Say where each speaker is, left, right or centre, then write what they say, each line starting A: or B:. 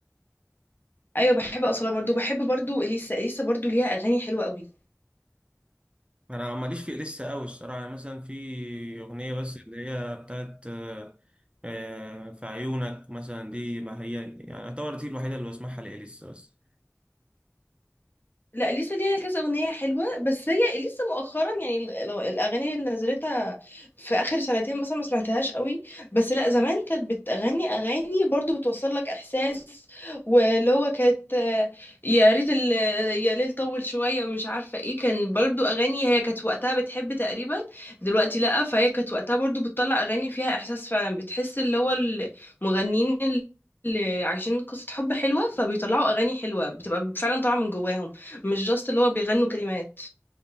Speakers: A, on the left; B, on the right.
A: أيوه بحب أصلا برضو بحب برضو إليسا إليسا برضو ليها أغاني حلوة قوي
B: أنا ماليش في لسه أوي الصراحة يعني مثلا في أغنية بس اللي هي بتاعت آه، آه، في عيونك مثلا دي ما هي يعني أعتبر دي الوحيدة اللي بسمعها لإليسا بس
A: لا اليسا ليها كذا اغنيه حلوه بس هي لسه مؤخرا يعني ال- لو- الاغاني اللي نزلتها في اخر سنتين مثلا ما سمعتهاش قوي بس لا زمان كانت بتغني اغاني برضو بتوصل لك احساس واللي هو كانت آه، يا ريت ال- يا ليل طول شويه ومش عارفه ايه كان برضو اغاني هي كانت وقتها بتحب تقريبا دلوقتي لا فهي كانت وقتها برضو بتطلع اغاني فيها احساس فعلا بتحس اللي هو المغنيين اللي عايشين قصه حب حلوه فبيطلعوا اغاني حلوه بتبقى فعلا طالعه من جواهم مش جاست اللي هو بيغنوا كلمات